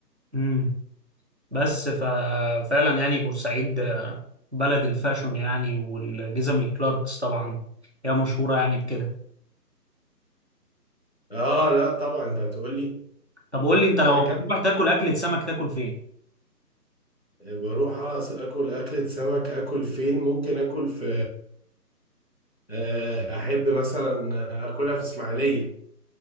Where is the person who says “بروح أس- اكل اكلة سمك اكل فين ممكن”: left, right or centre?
Left